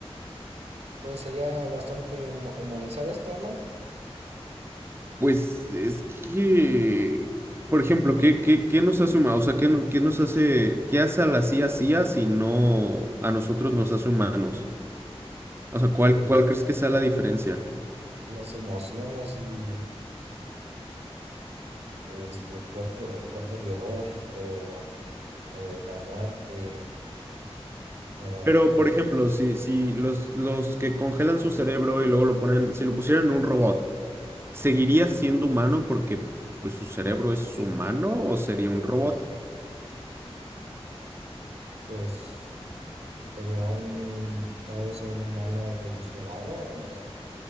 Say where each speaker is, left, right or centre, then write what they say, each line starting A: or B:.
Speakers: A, on the right; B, on the right.
A: Entonces sería bastante hum- humanizar esto, ¿no?
B: Pues es que, por ejemplo, ¿qué, qué, qué nos hace humanos? O sea, ¿qué, no- qué nos hace, qué hace a la CIA CIA si no a nosotros nos hace humanos? O sea, ¿cuál,
A: Pues
B: cuál crees que sea la diferencia?
A: las emociones y este, el cuerpo, el cuerpo biológico, eh, la muerte, ah,
B: Pero,
A: y
B: por ejemplo, si, si los, los que congelan su cerebro y luego lo ponen, si lo pusieran en un robot, ¿seguiría siendo humano porque pues, su cerebro es humano o sería un robot?
A: pues sería un, tal vez un humano evolucionado o,